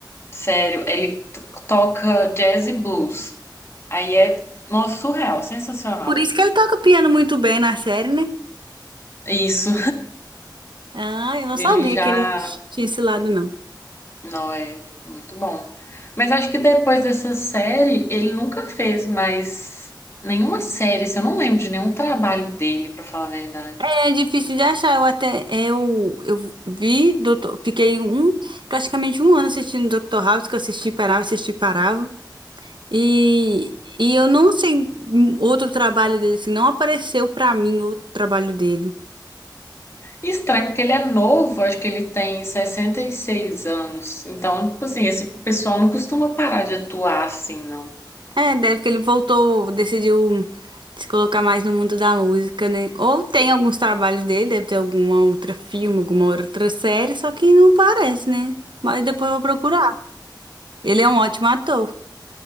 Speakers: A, on the left; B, on the right.
A: Sério, ele t- toca jazz e blues. Aí é, nossa, surreal, sensacional.
B: Por isso que ele toca piano muito bem na série, né?
A: Isso,
B: Ah, eu não
A: <laughs> ele
B: sabia
A: já,
B: que ele tinha esse lado, não.
A: não é muito bom. Mas acho que depois dessa série, ele nunca fez mais nenhuma série, assim, eu não lembro de nenhum trabalho dele, pra falar a verdade.
B: É difícil de achar. Eu até é, eu, eu vi, doutor, fiquei um praticamente um ano assistindo Dr. House, que eu assisti, parava, assisti, parava. E, e eu não sei hum, outro trabalho dele, assim, não apareceu pra mim outro trabalho dele.
A: Estranho, porque ele é novo, acho que ele tem 66 anos. Então, tipo assim, esse pessoal não costuma parar de atuar assim, não.
B: É, deve que ele voltou, decidiu hum, se colocar mais no mundo da música, né? Ou tem alguns trabalhos dele, deve ter alguma outra filme, alguma outra série, só que não aparece, né? Mas depois eu vou procurar. Ele é um ótimo ator.